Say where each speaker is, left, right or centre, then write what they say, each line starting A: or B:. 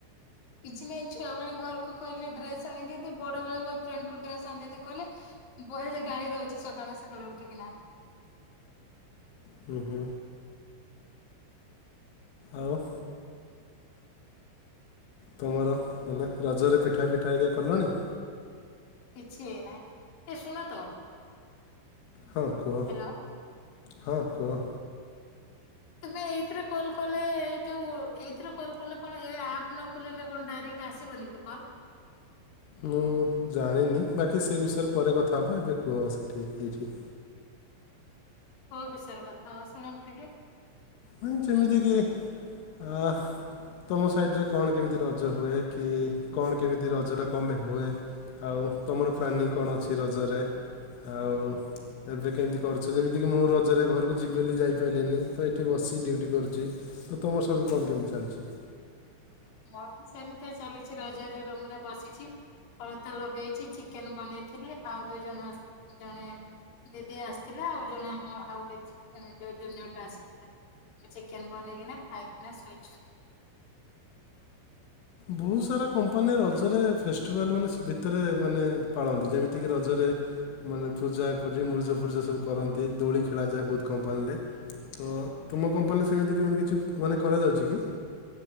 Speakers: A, on the left; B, on the left.
A: କିଛି ନାହିଁ ଛୁଆବେଳେ ଘରକୁ କହିଲେ ଡ୍ରେସ ଆଣି ଦିଅନ୍ତି ବଡ ବେଳେ ବୟ ଫ୍ରେଣ୍ଡକୁ ଡ୍ରେସ ଆଣିି ଦେନ୍ତେ କହିଲେ ବହେ ଯେ ଗାଳି ଦଉଛି ସକାଳେ ସକାଳେ ଉଠିକିନା।
B: ହୁଁ ହୁଁ ଆଉ। ତମର ମାନେ ରଜରେ ପିଠା ଫିଠା ହରିକା କଲଣିହ
A: କିଛି ହେଇନାହିଁ ଏ ଶୁଣ ତ।
B: ହଁ କୁହ
A: ହ୍ୟାଲୋ
B: ହଁ କୁହ।
A: ତମେ ଏଇଥିରେ କଲ୍ କଲେ ଯୋଉ ଏଇଥିରେ କଲ୍ କଲେ କଣ ଏ ଆପ୍ ନ କୋଲେଇଲେ କଣ ଡାଇରେକ୍ ଟ୍ ଆସିବନି କି କଲ୍।
B: ମୁଁ ଜାଣିନି ବାକି ସେ ବିଷୟରେ ପରେ କଥା ହେବା ଏବେ କୁହ ସେଠି ହେଇଚି।
A: ହୋ ବିଷୟରେ କଥା ଶୁଣ ମୁୁ ଟିକେ।
B: ହଁ ଯେମିତିକି ଆ ତମ ସାଇଟରେ କଣ କେମିତି ରଜ ହୁଏ କି କଣ କେମିତି ରଜଟା କମ୍ପାଇଁ ହୁଏ। ଆଉ ତମର ପ୍ଲାନିଂ କଣ ଅଛି ରଜରେ। ଆଉ ଏବେ କେମ୍ତି କରୁଛ ଯେମିତିକି ମୁଁ ରଜରେ ଘରକୁ ଯିବି ବୋଲି ଯାଇପାରିଲନି ତ ଏଠ୍ ଠି ବସି ଡ୍ୟୁଟି କରୁଚି ତ ତମର ସେମ୍ତି କଣ କେମିତି ଚାଲିଛି।
A: ଆଉ ସେମିତିଆ ଚାଲିଛି ରଜରେ ରୁମ୍ ରେ ବସିଛି। ଅଳତା ଲଗେଇଚି ଚିକେନ୍ ବନେଇଥିଲି ଆଉ ଦୁଇ ଜଣ ଜଣେ ଦିଦି ଆସ୍ଥିଲା ଆଉ ଜଣେ ଆମ ଆଉ ଯୋ ଜୁନିୟର ଟା ଆସ୍ଥିଲା। ଚିକେନ୍ ବନେଇକିଣା ଖାଇକିନା ଶୋଇଛୁ।
B: ବହୁତ ସାରା କମ୍ପାନୀ ରଜରେ ଫେଷ୍ଟିଭାଲ୍ ମାନେ ଭିତରେ ମାନେ ପାଳନ୍ତି ଯେମିତିକି ରଜରେ ମାନେ ପୂଜା ପୂଜୀ ମୁର୍ଜ ଫୁର୍ଜ ସବୁ କରନ୍ତି ଦୋଳି ଖେଳାଯାଏ ବହୁତ କମ୍ପାଲ୍ରେ। ତ ତୁମ କମ୍ପାନୀରେ ସେମିତି କେମିତି କିଛି ମାନେ କରାଯାଉଛି କି।